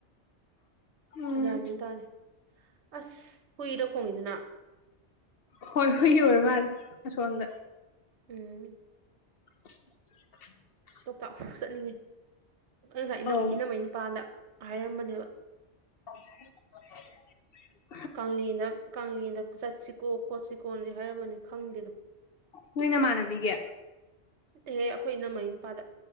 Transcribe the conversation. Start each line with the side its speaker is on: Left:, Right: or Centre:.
Left: ꯎꯝ
Right: ꯒꯤꯌꯟ-ꯃꯦꯟ ꯇꯥꯗꯦ ꯑꯁ ꯍꯨꯏꯔ ꯈꯣꯡꯉꯤꯗꯨꯅ
Left: ꯍꯣꯏ ꯍꯨꯏ ꯑꯣꯏꯔ ꯃꯥꯜꯂꯦ ꯑꯁꯣꯝꯗ
Right: ꯎꯝ
Left: <unintelligible>
Right: ꯂꯣꯛꯇꯥꯛ ꯆꯠꯅꯤꯡꯉꯤ ꯑꯩ ꯉꯁꯥꯏ ꯏꯅꯝꯃ
Left: ꯑꯧ
Right: ꯏꯅꯝꯃꯩ ꯅꯨꯄꯥꯗ ꯍꯥꯏꯔꯝꯕꯅꯦꯕ
Left: <unintelligible>
Right: ꯀꯥꯛ ꯀꯂꯦꯟꯗ ꯀꯥꯛ ꯀꯂꯦꯟꯗ ꯆꯠꯁꯤꯀꯣ ꯈꯣꯠꯁꯤꯀꯣꯅꯗꯤ ꯍꯥꯏꯔꯝꯕꯅꯤ ꯈꯪꯗꯦꯗꯣ
Left: ꯅꫭꯏ ꯅꯃꯥꯟꯅꯕꯤꯒꯤ
Right: ꯅꯠꯇꯍꯦ ꯑꯩꯈꯣꯏ ꯏꯅꯝꯃꯥꯒꯤ ꯅꯨꯄꯥꯗ